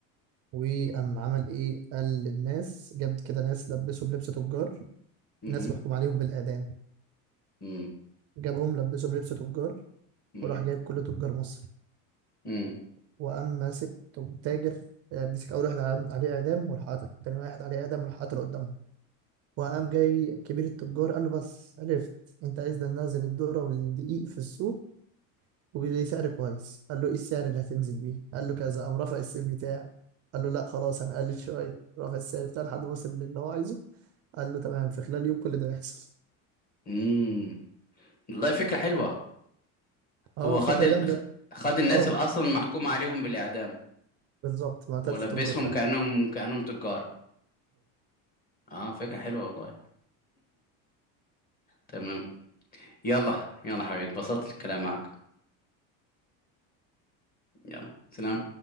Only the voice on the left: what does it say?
امم
امم
امم
امم
امم والله فكرة حلوة
هو خد
ال...
خد الناس
اللي اصلا محكوم عليهم بالاعدام
ولبسهم
كأنهم كأنهم تجار اه فكرة حلوة والله تمام يلا يلا حبيبي اتبسطت الكلام معاك يلا سلام